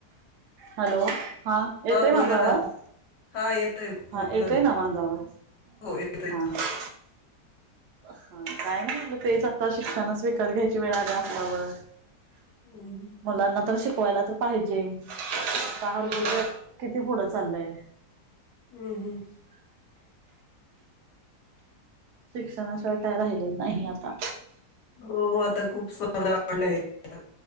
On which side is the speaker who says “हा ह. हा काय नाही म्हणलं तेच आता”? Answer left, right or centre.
Right